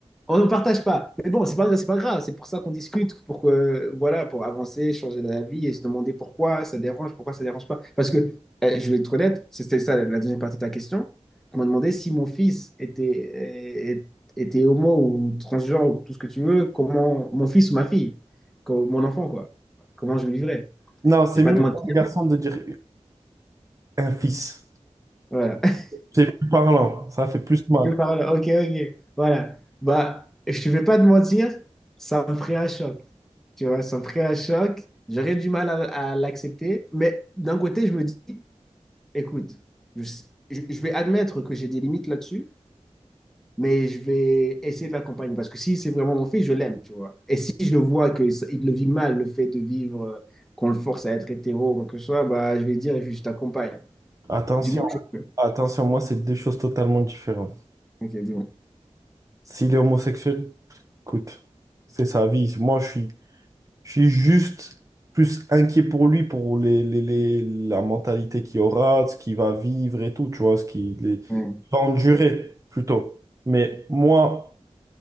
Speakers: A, in the centre; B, on the right.
A: On ne partage pas. Mais bon, c'est pas, c'est pas grave. C'est pour ça qu'on discute, pour que, voilà, pour avancer, changer d'avis et se demander pourquoi ça dérange, pourquoi ça dérange pas. Parce que, euh, je vais être honnête, c'était ça la la deuxième partie de ta question. On m'a demandé si mon fils était, euh, était homo ou transgenre ou tout ce que tu veux, comment mon fils ou ma fille, comme mon enfant, quoi. Comment je le vivrais.
B: Non, c'est
A: Je vais
B: mieux
A: pas te mentir.
B: pour un garçon de dire un fils.
A: Voilà. <laughs>
B: C'est plus parlant, ça fait plus mal.
A: Je vais pas- voilà, Ok, ok. Voilà. Bah, je ne vais pas te mentir, ça me ferait un choc. Tu vois, ça me ferait un choc. J'aurais du mal à, à l'accepter. Mais d'un côté, je me dis, écoute, je, je- je vais admettre que j'ai des limites là-dessus, mais je vais essayer de l'accompagner. Parce que si c'est vraiment mon fils, je l'aime, tu vois. Et si je le vois que ça- il le vit mal, le fait de vivre, euh, qu'on le force à être hétéro ou quoi que ce soit, bah, je vais dire, je t'accompagne.
B: Attention,
A: Du mieux que je peux.
B: attention, moi, c'est deux choses totalement différentes.
A: Ok, dis-moi.
B: S'il est homosexuel, écoute, c'est sa vie. Moi, je suis, je suis juste plus inquiet pour lui, pour les, les- les- la mentalité qu'il aura, ce qu'il va vivre et tout, tu vois, ce qu'il est- il
A: Mm,
B: va endurer plutôt. Mais moi,